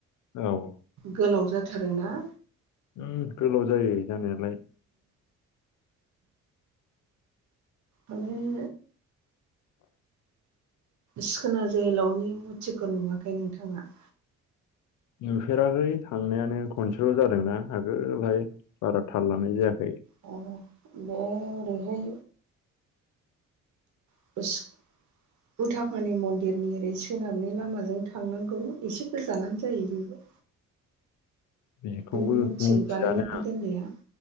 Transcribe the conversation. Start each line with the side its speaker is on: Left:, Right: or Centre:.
Left: औ
Right: गोलाव जाथारोना
Left: ओं गोलाव जायो जानायालाय।
Right: आरो सिखोना जोहोलावनि मुथिखौ नुवाखै नोंथाङा?
Left: नुफेराखै थांनायानो खनसेल' जादोंनाा आगोलहाय बारा थाल लानाय जायाखै।
Right: <unintelligible> रैहाय <unintelligible> उथाफानि मन्दिरनि ओरै सोनाबनि लामाजों थांनांगौ एसे गोजानानो जायो बेबो।
Left: बेखौबो
Right: बे मुरथि
Left: मिथियानो
Right: बानायनानै दोननाया